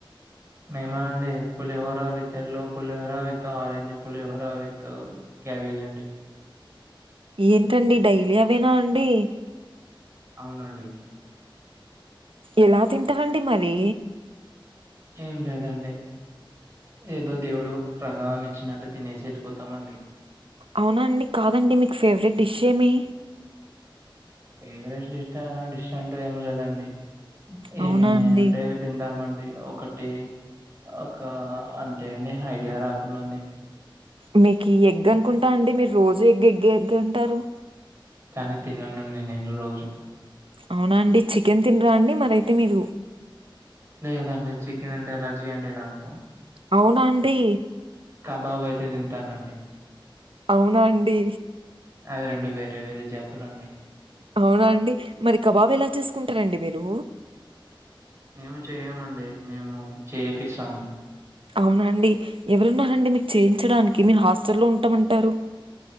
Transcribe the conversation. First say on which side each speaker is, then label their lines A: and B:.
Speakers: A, on the right; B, on the right.
A: మేమ అండి pulihora with yellow pulihora with orange pulihora with cabbage అండి
B: ఏంటండి డైలీ అవేనా అండి
A: అవునండి
B: ఎలా తింటరండి మరి
A: ఏం లేదండి ఏదో దేవుడు ప్రసాదం ఇచ్చినట్టు తినేసి వెళ్ళిపోతామండి
B: అవునా అండి కాదండి మీక్ ఫేవరెట్ డిష్ ఏమి
A: ఫవరేట్ డిష్ డిష్ అంటె ఏం లేదండి ఏమింటే
B: అవునా అండి?
A: తిందామ అండి ఒకటి ఒక అంతే అండి ఐడియా రాకుండా ఉంది
B: మీకు ఎగ్ అనుకుంట అండి మీరు రోజు ఎగ్గ ఎగ్ ఎగ్ అంటారు
A: కానీ తిననుండి నేను రోజు
B: అవునా అండి చికెన్ తినరా అండి మరయితే మీరు
A: లేదండి చికెన్ అంటే ఎలర్జీ అండి నాకు
B: అవున అండి
A: కాబాబయితే తింటానండి
B: అవునా అండి
A: అవి రెండు వేరే వేరే జతులు అండి
B: అవునా అండి మరి కబాబ్ ఎలా చేసుకుంటారండి మీరు
A: మేము చేయమండి మేము చేపిస్తాం
B: అవునండి ఎవరున్నరండి మీకు చేయించడానికి మీరు హాస్టల్లో ఉంటమంటారు